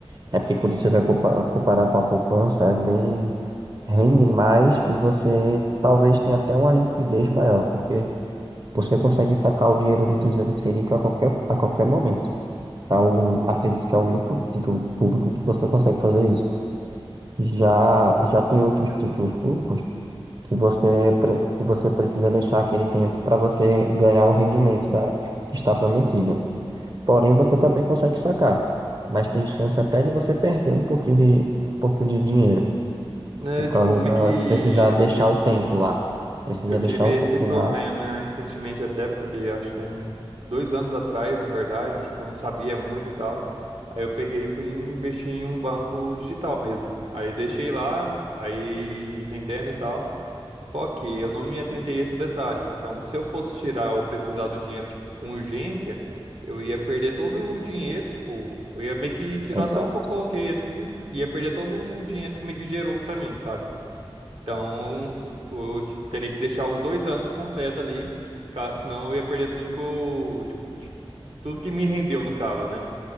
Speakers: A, on the right; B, on the right.
A: é porque quando você vai compa- comparar com a poupança, é bem, rende mais e você talvez tenha até uma liquidez maior, porque você consegue sacar o dinheiro do Tesouro Selic a qualquer, a qualquer momento. É o, acredito que é o único título público que você consegue fazer isso. Já, já tem outros títulos públicos que você, pre- que você precisa deixar aquele tempo para você ganhar o rendimento da, que está prometido. Porém, você também consegue sacar. Mas tem chance até de você perder um pouquinho de, um pouquinho de dinheiro.
B: Né,
A: Por causa
B: tipo, meio
A: da.
B: que
A: Precisar deixar
B: eu tive
A: o tempo lá. Precisa
B: Eu tive
A: deixar o tempo
B: esse problema
A: lá.
B: recentemente até, porque acho que um, dois anos atrás, na verdade, tipo, eu não sabia muito e tal. Aí eu peguei e fui investir em um banco digital mesmo. Aí deixei lá, aí rendendo e tal. Só que eu não me atentei a esse detalhe. Então, se eu fosse tirar ou precisar do dinheiro, tipo, com urgência, eu ia perder todo o dinheiro, tipo, eu ia meio que tirar
A: Exato.
B: só o que eu coloquei assim, e ia perder todo o dinheiro que meio que gerou pra mim, sabe? Então, eu te- teria que deixar os dois anos completo ali, ca- senão eu ia perder tudo que eu, tipo, de- tudo que me rendeu, no caso, né?